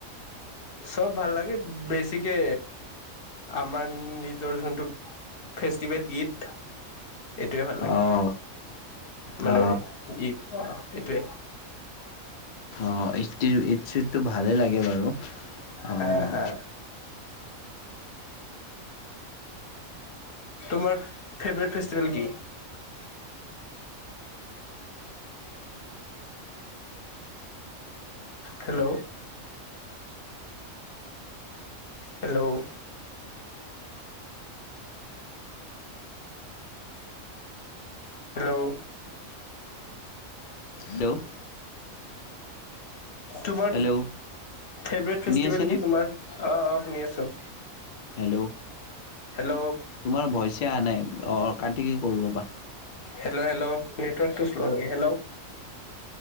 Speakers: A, on the left (about 50°); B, on the left (about 85°).
A: চব ভাল লাগে, বেছিকে আমাৰ নিজৰ যোনটো ফেষ্টিভেল ঈদ এইটোৱে ভাল লাগে।
B: অঁ
A: মানে
B: অ
A: ঈদ অ‌ এইটোৱে।
B: অঁ ই। উ ঈদ চিদটো ভালেই লাগে বাৰু অঅ।
A: হা হা তোমাৰ ফেভৰেট ফেষ্টিভেল কি? Hello hello. হেল্ল'।
B: হেল্ল'।
A: তোমাৰ
B: হেল্ল'
A: ফেভৰেট
B: শুনি
A: ফেষ্টিভেল
B: আছেনে
A: কি তোমাৰ অ? শুনি আছো।
B: হেল্ল'
A: হেল্ল'
B: তোমাৰ ভইচ। অহা নাই। কাট কি কৰোঁ ৰ'ব।
A: হেল্ল হেল্ল নেটৰ্কটো্ হেল্ল'।